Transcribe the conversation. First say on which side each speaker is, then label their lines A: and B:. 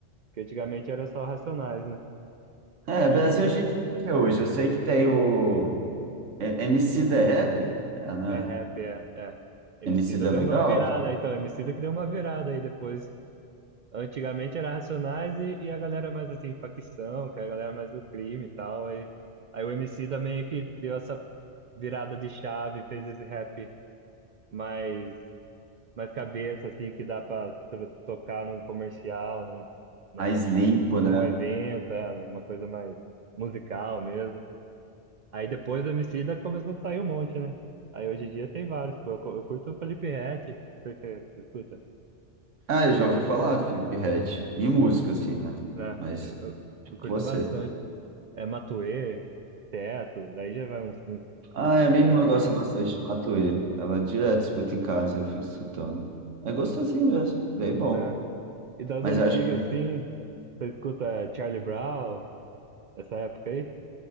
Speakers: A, on the right (about 60°); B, on the right (about 80°).
A: que antigamente era só Racionais, né?
B: É,
A: E
B: Brasil a gente tem o que hoje? Eu sei que tem o é, MC da Rap, é, né?
A: É rap, é, é. Emicida
B: MC da
A: deu
B: Legal.
A: uma virada, então, Emicida que deu uma virada aí depois. Antigamente era Racionais e, e a galera mais assim, facção, que é a galera mais do crime e tal. Aí, aí o Emicida meio que deu essa virada de chave, fez esse rap mais, mais cabeça, assim, que dá pra to- tocar num comercial, num, na,
B: mais limpo,
A: mais,
B: né?
A: num evento, é, uma coisa mais musical mesmo. Aí depois do Emicida começou a sair um monte, né? Aí hoje em dia tem vários, pô. Eu, cu- eu curto o Felipe Ret, você, você escuta?
B: Ah, eu já ouvi falar do Felipe Ret. E música, assim, né?
A: né?
B: Mas
A: eu, eu- eu curto
B: você.
A: bastante. É Matuê, Teto, aí já vai uns, uns,
B: Ah,
A: uns
B: é, a minha
A: trap
B: irmã gosta
A: mesmo,
B: bastante de Matuê. Ela direto escuta em casa, eu fico escutando. É gostosinho mesmo, bem bom.
A: né? E das
B: Mas
A: antigas,
B: eu acho que,
A: assim, você escuta é, Charlie Brown, essa época aí?